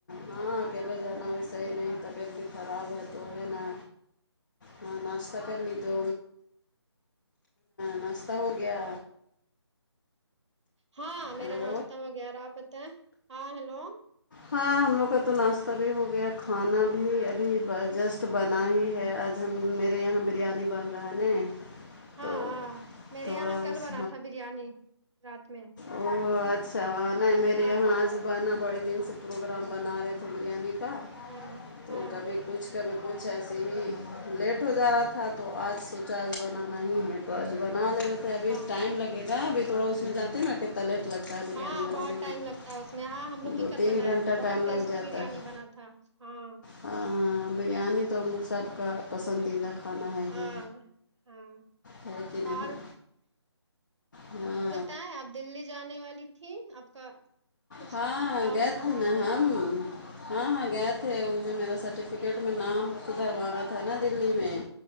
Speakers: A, on the left (about 45°); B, on the right (about 85°).
A: ہاں ہاں اکیلے جانا بھی صحیح نہیں طبیعت بھی خراب ہے تو ہے نا ہاں ناشتہ کر لی تو نا سب ہو گیا
B: ہاں
A: ہیلو
B: میرا ناشتہ ہو گیا اور آپ بتائیں ہاں ہیلو
A: ہاں ہم لوگ کا تو ناشتہ بھی ہو گیا کھانا بھی ابھی جسٹ ک تو بنا ہی ہے آج ہم میرے یہاں بریانی بن رہا ہے نا
B: ہاں
A: تو
B: ہاں میرے
A: تھوڑا
B: یہاں کل
A: اس
B: بنا تھا بریانی رات میں
A: او اچھا نہیں میرے
B: ہاں
A: یہاں آج بنا بڑے دن سے پروگرام بنا رہے تھے بریانی کا
B: ہاں
A: تو
B: ہاں
A: کبھی کچھ کبھی پچھ ایسے ہی لیٹ ہو جا رہا تھا تو آج سوچا آج بنانا ہی ہے تو آج بنالے رہے تھے
B: ہاں
A: ابھی ٹائم لگے گابھی تھوڑا اس میں جانتے نا کتنا لیٹ لگتا ہے بریانی
B: ہاں
A: بنانے
B: بہت ٹائم
A: میں
B: لگتا ہے اس ہاں ہم لوگ بھی
A: دو
B: کل
A: تین
B: بنائے
A: گھنٹہ
B: تھے بہت
A: ٹائم
B: ٹیسٹی
A: لگ جاتا
B: بریانی
A: ہے
B: بنا تھا ہاں
A: ہاں بریانی تو ہم سب کا پسندیدہ کھ نا ہے
B: ہاں
A: ہی
B: ہاں
A: ہے کہ نہیں
B: اور
A: ہاں
B: بتا ہے آپ دللی جانے والی تھی آپ کا کچھ
A: ہاں ہاں
B: کام
A: گئے
B: تھا
A: تھے
B: وہاں
A: نا
B: پہ
A: ہم ہاں ہاں گئے تھے وہ جو میرا سرٹیفکیٹ میں نام سدھروانا تھا نا دلی میں